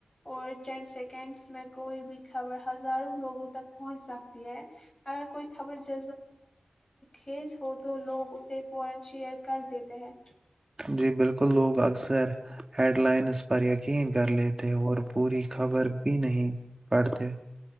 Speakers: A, on the left; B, on the right.
A: اور ین سیکنڈس میں کوئی بھی خبر ہزاروں لوگوں تک پہنچ سکتی ہے اگر کوئی خبر ج خیز ہو تو لوگ اسے فوران شیئر کر دیتے ہیں
B: جی بالکل لوگ اکثر ہیڈ لائنز پر یقین کر لیے تھ اور پوری خبر بھی نہیں پڑھتے ہیں